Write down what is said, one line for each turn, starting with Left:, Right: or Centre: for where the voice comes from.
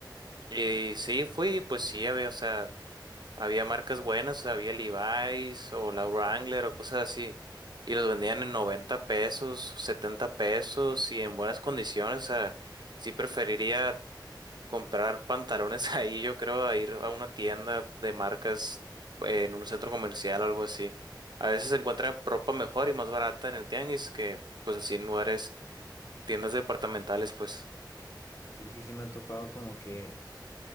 Right: Y sí, fui, pues sí, había, o sea... Había marcas buenas, había Levi's o la Wrangler o cosas así. Y los vendían en 90 pesos, 70 pesos y en buenas condiciones. O sea, sí preferiría comprar pantalones <laughs> ahí, yo creo, a ir a una tienda de marcas eh, en un centro comercial o algo así. A veces se encuentra ropa mejor y más barata en el tianguis que pues así en lugares, tiendas departamentales, pues.
Left: Sí, sí sí me ha tocado como que